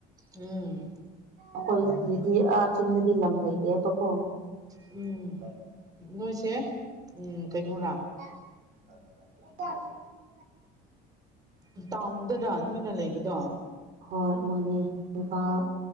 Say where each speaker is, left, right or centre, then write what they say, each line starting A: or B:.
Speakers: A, on the right; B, on the right.
A: ꯎꯝ
B: ꯑꯈꯣꯏꯖꯤꯗꯗꯤ ꯑꯥ ꯆꯤꯡꯗꯗꯤ ꯂꯝ ꯂꯩꯇꯦꯕꯀꯣ
A: ꯎꯝ
B: <unintelligible>
A: ꯅꯣꯏꯁꯦ ꯎꯝ ꯀꯩꯅꯣꯔꯥ
B: <unintelligible>
A: ꯎꯝ ꯇꯥꯎꯟꯗꯅ ꯅꯣꯏꯅ ꯂꯩꯕꯗꯣ
B: ꯍꯣꯏ ꯃꯣꯏꯅꯦ ꯏꯝꯐꯥꯜ